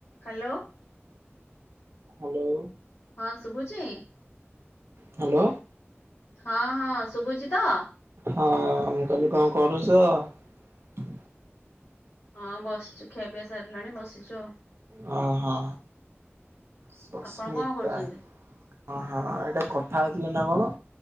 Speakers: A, on the left (about 75°); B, on the right (about 60°).
A: Hello.
B: Hello.
A: ହଁ ଶୁଭୁଚି?
B: Hello
A: ହଁ ହଁ ଶୁଭୁଚି ତ?
B: ହଁ ମୁଁ କହିନି କଣ କରୁଚ?
A: ହଁ ବସିଛୁ ଖିଆ ପିଇଆଇ ସାରିଲାଣି ବସିଛୁ ଆଉ
B: ହ ହଁ ସସ୍ମିତା
A: ଆପଣ କଣ କରୁଛନ୍ତି
B: ଓ ହ ଏଇଟା କଥା ହେଇଥିଲେ ନା କଣ